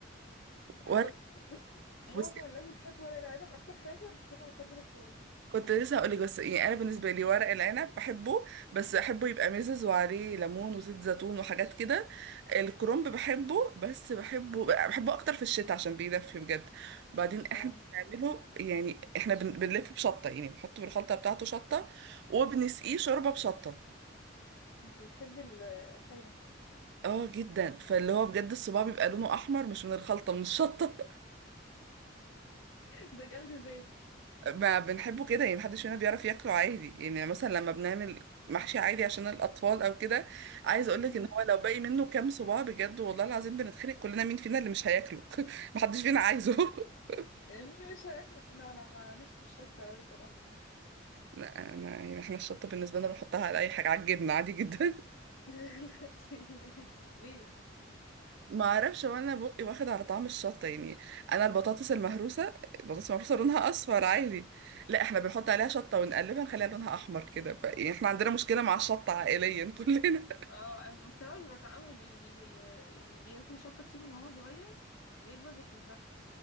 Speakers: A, on the left; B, on the right.
A: آه
B: ورق
A: بس معظم
B: بصي
A: الناس بتحب ورق العنب اكتر حاجة بس انا بفضل الكرنب
B: كنت لسه هقولك بس يعني انا بالنسبه لي ورق العنب بحبه بس احبه يبقى مزز وعليه ليمون وزيت زيتون وحاجات كده الكرنب بحبه بس بحبه بحبه اكتر في الشتاء عشان بيدفي بجد بعدين احنا
A: اه
B: بنعمله يعني احنا بن- بنلف بشطه يعني بنحط بالخلطه بتاعته شطه وبنسقيه شوربه بشطه
A: انت بتحبي الحامي
B: اه جدا فاللي هو بجد الصباع بيبقى لونه احمر مش من الخلطه من الشطه
A: ده جلد ذات
B: ما بنحبه كده يعني محدش فينا بيعرف ياكله عادي يعني مثلا لما بنعمل محشي عادي عشان الأطفال أو كده عايز أقولك
A: مم.
B: إن هو لو باقي منه كام صباع بجد والله العظيم بنتخانق كلنا مين فينا اللي مش هياكله <laughs> محدش فينا عايزه <laughs>
A: اللي مش هياكله لا انا ماليش في الشطة اوي صراحة
B: لا أنا يعني إحنا الشطة بالنسبة لنا بنحطها على أي حاجة على الجبنة عادي جدا <laughs>
A: <laughs> ليه ليه ليه
B: ما أعرفش وأنا بقي واخد على طعم الشطة يعني أنا البطاطس المهروسة البطاطس المهروسة لونها أصفر عادي لا إحنا بنحط عليها شطة ونقلبها نخليها لونها أحمر كده ف- يعني إحنا عندنا مشكلة مع الشطة عائليا <laughs> كلنا
A: اه بسبب التعود اللي بي هي اللي بياكل شطة كتير من وهو صغير بيكبر بيحبها